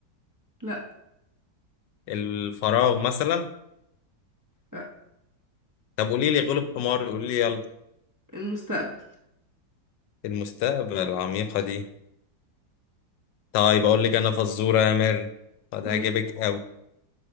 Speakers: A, on the right (about 20°); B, on the left (about 85°).
A: لا,
B: الفراغ مثلا
A: لا.
B: طب قولي لي غلب حمار قولي لي يلا
A: المستقبل
B: المستقبل العميقة دي طيب أقول لك أنا فزورة يا مير قد
A: مم.
B: هجيبك أوي